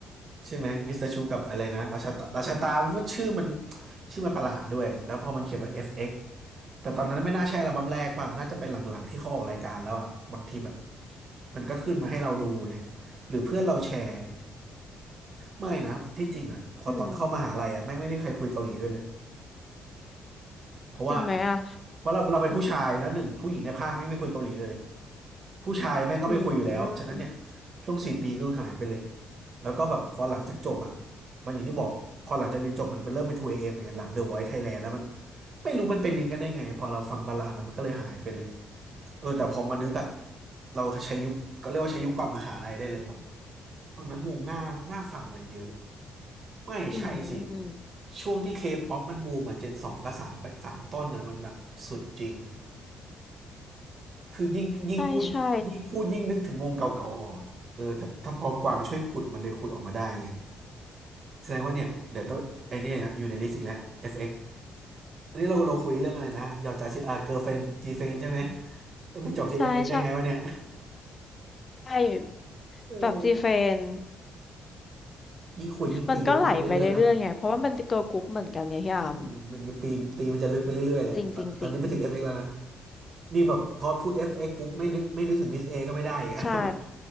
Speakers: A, on the right; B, on the left.
A: ใช่ไหมมิสเตอร์ชูกับอะไรนะราชาตาราชาตาว่าชื่อมันชื่อมันประหลาดด้วยแล้วพอมันเขียนว่า FX แต่ตอนนั้นไม่น่าใช่อัลบั้มแรกป่ะน่าจะเป็นหลังๆที่เขาออกรายการแล้วอ่ะบางทีแบบมันก็ขึ้นมาให้เราดูไงหรือเพื่อนเราแชร์ไม่นะที่จริงอ่ะพอตอนเข้ามหาลัยอ่ะแม่งไม่มีใครคุยเกาหลีด้วยเลย
B: อืม
A: เพราะว่า
B: จริงไหมอ่ะ
A: เพราะเราเราเป็นผู้ชายแล้วหนึ่งผู้หญิงในภาคไม่ไม่คุยเกาหลีเลย ผู้ชายแม่งก็ไม่คุยอยู่แล้ว
B: อื
A: ฉะนั้นเนี่ย
B: ม
A: ช่วงสี่ปีก็หายไปเลย แล้วก็แบบพอหลังจากจบอ่ะมันอย่างที่บอกพอหลังจากเรียนจบมันเป็นเริ่มเป็น 2AM ไงหลัง The Voice Thailand แล้วมันไม่รู้มันไปลิงก์กันได้ไงพอเราฟังบัลลาดแล้วมันก็เลยหายไปเลยเออแต่พอมานึกอ่ะเราใช้ยุคก็เรียกว่าใช้ยุคก่อนมหาลัยได้เลยแบบตอนนั้นวงหน้าหน้าฟังมันเยอะไม่ใช่สิ
B: อืม
A: ช่วงที่เคป๊อปมันบูมอ่ะเจนสองกับสามไปสามต้นนะมันแบบสุดจริงอะ คือยิ่งยิ่งพูดยิ่งพูดยิ่งนึกถึงวงเก่าๆออกอะเออแต่ถ้าพอกวางช่วยขุดมันเลยขุดออกมาได้ไง
B: ใช่ใช่
A: แสดงว่าเนี่ยเดี๋ยวต้องไอเนี่ยอยู่ในลิสต์อีกแล้ว FX อฟเอ็กซ์อันนี้เราเราคุยเรื่องอะไรนะยอจาชิอ่าเกิร์ลเฟรนจีเฟนใช่ไหมเออไปจบที่
B: ใช่ใช่
A: FX ได้ไงวะเนี่ย
B: ใช่
A: <laughs> เออ
B: แบบจีเฟน
A: ยิ่งคุยยิ่งปีนลึกขึ้นไปเรื่อยๆเนาะ
B: มันก็ไหลไปเรื่อยๆไง เพราะว่ามันเป็นเกิร์ลกรุ๊ปเหมือนกันไงพี่อาม
A: อืมมันจะปีนปีมันจะลึกไปเรื่อยๆแหละตอนตอนนี้ไปถึง
B: จริงจริงจริง
A: FX แล้วนะนี่แบบพอพูด FX ปุ๊บไม่นึกไม่นึกถึงมิสเอก็ไม่ได้อีกอะ
B: ใช่
A: <laughs> มัน